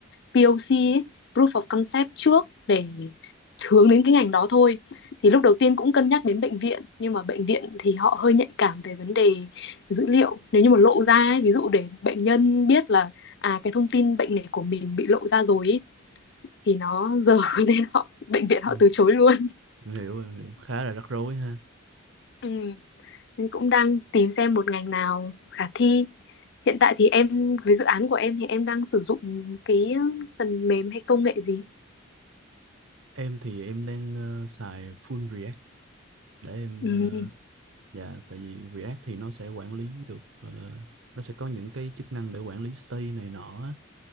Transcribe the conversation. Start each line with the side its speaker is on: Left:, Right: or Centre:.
Left: POC ấy, Proof of Concept trước để hướng đến cái ngành đó thôi. Thì lúc đầu tiên cũng cân nhắc đến bệnh viện nhưng mà bệnh viện thì họ hơi nhạy cảm về vấn đề dữ liệu. Nếu như mà lộ ra ấy, ví dụ để bệnh nhân biết là à cái thông tin bệnh này của mình bị lộ ra rồi ý, thì nó <laughs> dở nên họ bệnh viện họ
Right: ừ.
Left: từ chối luôn
Right: em hiểu em hiểu khá là rắc rối ha
Left: ừ. Mình cũng đang tìm xem một ngành nào khả thi hiện tại thì em với dự án của em thì em đang sử dụng cái phần mềm hay công nghệ gì
Right: em thì em đang ờ, xài full React để em
Left: ừ
Right: ờ, dạ tại vì React thì nó sẽ quản lý được gọi là nó sẽ có những cái chức năng để quản lý state này nọ á.